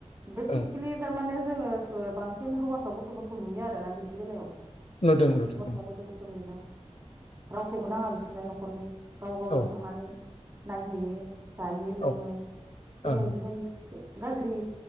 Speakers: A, on the right (about 25°); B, on the left (about 65°).
A: बेसिकेलि
B: ओं
A: थारमाने जोङो बांसिन हौवासाव गथ'फोरखौ नुयो आरोना बिदि बेलायाव हौवासा
B: नुदों नुदों ओं
A: गथ'फोरखौ नुदों रावखौबो नाङा बिसोरनो न'खरनि गाव गावनो
B: औ
A: थांनानै नायहैयो जायो लोङो
B: औ
A: बेबायदिहाय
B: ओं
A: गाज्रि